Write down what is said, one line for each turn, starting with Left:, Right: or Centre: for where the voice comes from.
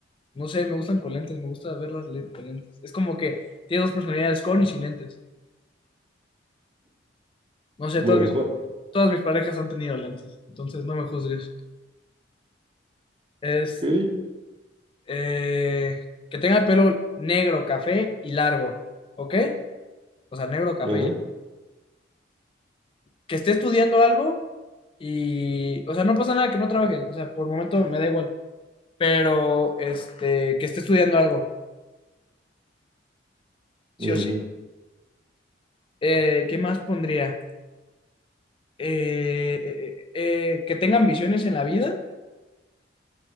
Left: No sé, me gustan con lentes, me gusta verlas len- con lentes. Es como que tiene dos personalidades, con y sin lentes. No sé,
Right: Bueno,
Left: todas mis,
Right: va, <laughs>
Left: todas mis parejas han tenido lentes, entonces no me juzgues. Es
Right: ok.
Left: eh, que tenga el pelo negro, café y largo, ¿ok? O sea, negro, café
Right: Ajá.
Left: y largo. Que esté estudiando algo y, o sea, no pasa nada que no trabaje, o sea, por el momento me da igual, pero este, que esté estudiando algo, sí
Right: ujú.
Left: o sí. Eh, ¿qué más pondría? eh, eh, eh, que tengan visiones en la vida,